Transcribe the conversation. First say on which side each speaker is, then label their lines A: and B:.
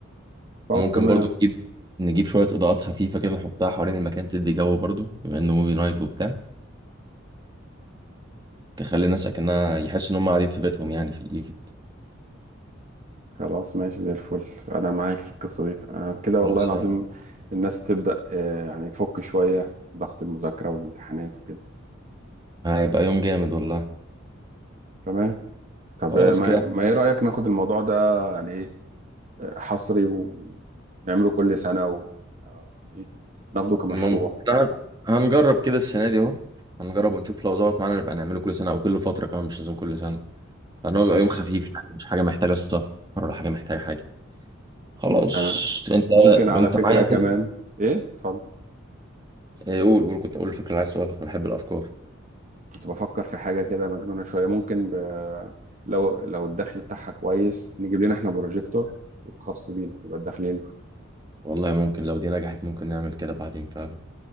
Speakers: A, on the right; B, on the right.
A: طب
B: ممكن
A: تمام
B: برضو نجيب نجيب شوية اضاءات خفيفة كده نحطها حوالين المكان تدي جو برضو بما انه موفي نايت وبتاع تخلي الناس اكنها يحسوا ان هم قاعدين في بيتهم يعني في الايفنت
A: خلاص ماشي زي الفل أنا معاك في القصة دي آه، كده والله
B: خلاص
A: العظيم
B: يعني
A: الناس تبدأ آه، يعني تفك شوية ضغط المذاكرة والامتحانات وكده
B: هيبقى يوم جامد والله
A: تمام طب
B: خلاص
A: آه، ما
B: كده
A: ما إيه رأيك ناخد الموضوع ده يعني إيه آه، حصري ونعمله كل سنة ويبقى إيه ناخده كمشروع
B: ممكن إحنا هنجرب كده السنه دي اهو هنجرب ونشوف لو ظبط معانا نبقى نعمله كل سنه او كل فتره كمان مش لازم كل سنه لان هو بيبقى
A: ماشي
B: يوم خفيف يعني مش حاجه محتاجه سفر ولا حاجه محتاجه حاجه خلاص
A: تمام
B: انت
A: وممكن
B: وانت
A: على فكرة
B: معايا
A: كمان
B: كده
A: ايه اتفضل
B: إيه، قول قول كنت اقول الفكره اللي عايز تقولها انا بحب الافكار
A: كنت بفكر في حاجة كده مجنونة شوية ممكن ب... لو لو الدخل بتاعها كويس نجيب لنا احنا بروجيكتور يبقى خاص بينا يبقى داخلين
B: والله ممكن لو دي نجحت ممكن نعمل كده بعدين فعلا